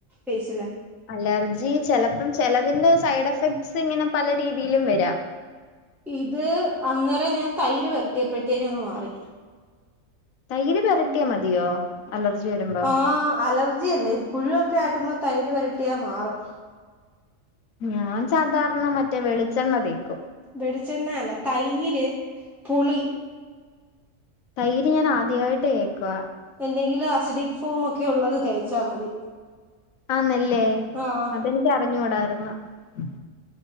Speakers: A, in the centre; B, on the left.
A: ഫേസില്
B: അലർജി ചെലപ്പം ചെലതിന്റെ സൈഡ് എഫക്ട്സ് ഇങ്ങനെ പല രീതീയിലും വരാം
A: ഇത് അന്നെരം ഞാൻ തൈര് വരട്ടിയപ്പഴ്ത്തേനങ്ങ് മാറി
B: തൈര് പെരട്ടിയാ മതിയോ അലർജി വരുമ്പം
A: ആ അലർജി അല്ലേ ൻ പുഴു ക്കാട്ടുമ്പോ തൈര് വരട്ടിയാ മാറും
B: ഞാൻ സാധാർണ മറ്റേ വെളിച്ചെണ്ണ തേക്കും
A: വെളിച്ചെണ്ണയല്ല തൈര് പുളി
B: തൈര് ഞാൻ ആദ്യവായിട്ട് കേൾക്കുവ
A: എന്തെങ്കിലും അസിഡിക് ഫോമൊക്കെ ഒള്ളത് തേച്ചാ മതി
B: ആന്നല്ലേ
A: ആഹ്
B: അതെനിക്ക് അറിഞ്ഞൂടാ <unintelligible>